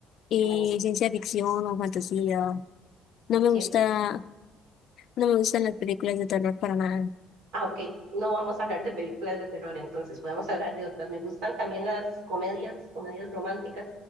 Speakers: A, on the left (about 50°); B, on the right (about 80°).
A: eh,
B: Bueno,
A: ciencia ficción o fantasía. No
B: qué
A: me
B: chévere.
A: gusta, no me gustan las películas de terror para nada.
B: Ah, ok. No vamos a hablar de películas de terror, entonces podemos hablar de otras. Me gustan también las comedias, comedias románticas.